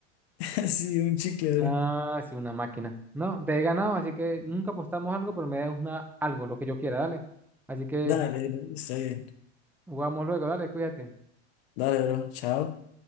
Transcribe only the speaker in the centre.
Ah,
sí, una máquina. No, te he ganado, así que nunca apostamos algo, pero me das una, algo, lo que yo quiera, dale. Así que
jugamos luego, dale, cuídate.